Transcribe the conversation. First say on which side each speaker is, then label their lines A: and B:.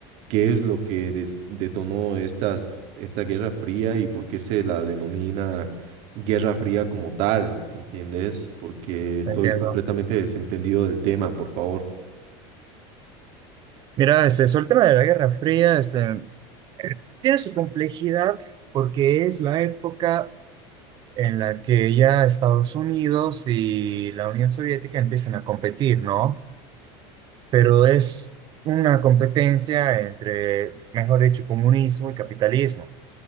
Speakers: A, on the right; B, on the right.
A: qué es lo que des- detonó estas, esta Guerra Fría y por qué se la denomina Guerra Fría como tal, ¿entiendes? Porque estoy
B: Entiendo.
A: completamente desentendido del tema, por favor.
B: Mira, este, sobre el tema de la Guerra Fría, este, tiene su complejidad porque es la época en la que ya Estados Unidos y la Unión Soviética empiezan a competir, ¿no? Pero es una competencia entre, mejor dicho, comunismo y capitalismo.